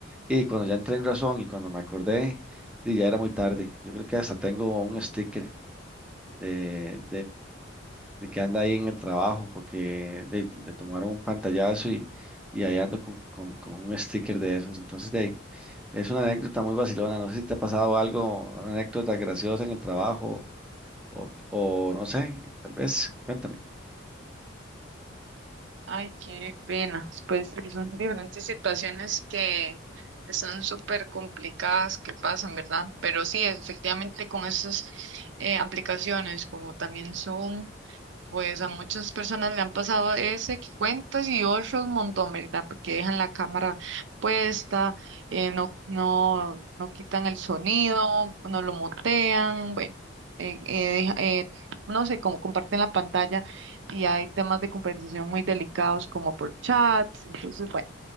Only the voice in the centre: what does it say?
Y cuando ya entré en razón y cuando me acordé, di, ya era muy tarde. Yo creo que hasta tengo un sticker de, de que anda ahí en el trabajo porque le, le tomaron un pantallazo y, y ahí ando con, con, con un sticker de esos. Entonces, de ahí, es una anécdota muy vacilona. No sé si te ha pasado algo, una anécdota graciosa en el trabajo o, o no sé, tal vez, cuéntame.